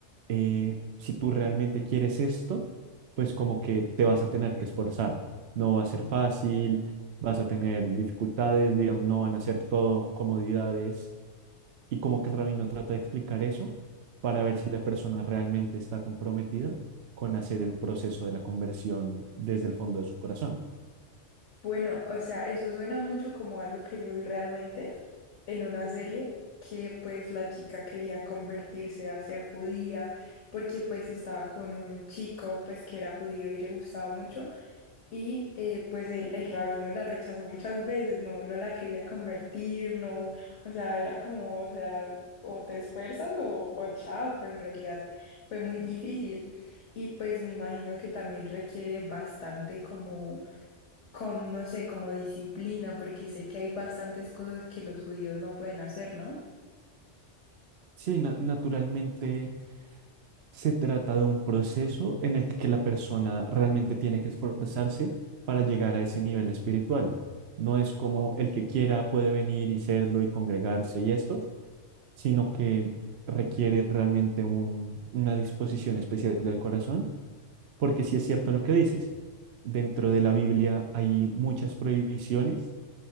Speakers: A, on the right; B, on the left.
A: eh, si tú realmente quieres esto, pues como que te vas a tener que esforzar. No va a ser fácil, vas a tener dificultades, digamos, no van a ser todo comodidades. Y como que el rabino trata de explicar eso para ver si la persona realmente está comprometida con hacer el proceso de la conversión desde el fondo de su corazón.
B: Bueno, o sea, eso suena mucho como algo que yo vi realmente en una serie que pues la chica quería convertirse a ser judía porque pues estaba con un chico pues que era judío y le gustaba mucho y eh, pues el, el rabino la rechazó muchas veces, no, no la quería convertir, no, o sea, era como, o sea, o te esfuerzas o, o chao, pero en realidad fue muy difícil y pues me imagino que también requiere bastante como con, no sé, como disciplina, porque sé que hay bastantes cosas que los judíos no pueden hacer, ¿no?
A: Sí, na- naturalmente Se trata de un proceso en el que la persona realmente tiene que esforzarse para llegar a ese nivel espiritual. No es como el que quiera puede venir y serlo y congregarse y esto, sino que requiere realmente un- una disposición especial del corazón, porque sí es cierto lo que dices. Dentro de la Biblia hay muchas prohibiciones